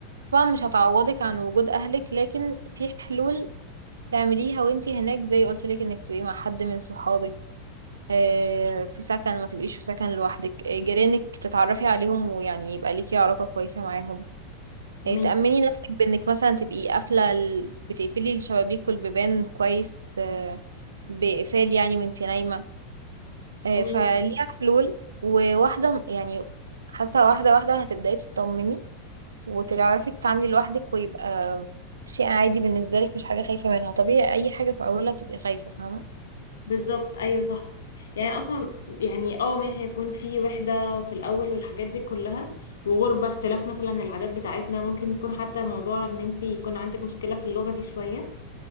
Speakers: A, on the right; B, on the left.
A: طبعا مش هتعوضك عن وجود اهلك لكن في حلول تعمليها وانتي هناك زي قلت لك انك تبقي مع حد من صحابك آه، في سكن ما تبقيش في سكن لوحدك آه، جيرانك تتعرفي عليهم ويعني يبقى ليكي علاقة كويسة معاهم
B: ماشي
A: يعني تأمني نفسك بإنك مثلا تبقي قافلة ال- بتقفلي الشبابيك والبيبان كويس آه، بإقفال يعني وانتي نايمة آه،
B: ماشي
A: فليها حلول وواحدة م- يعني حاسة واحدة واحدة هتبدأي تطمني وتعرفي تتعاملي لوحدك ويبقى شيء عادي بالنسبة لك مش حاجة خايفة منها طبيعي أي حاجة في أولها بتبقي خايفة فاهمة
B: بالظبط ايوه صح يعني اصلا يعني اه ماشي هيكون في وحده وفي الاول والحاجات دي كلها وغربه اختلاف مثلا العادات بتاعتنا ممكن يكون حتى موضوع ان انت يكون عندك مشكله في اللغه دي شويه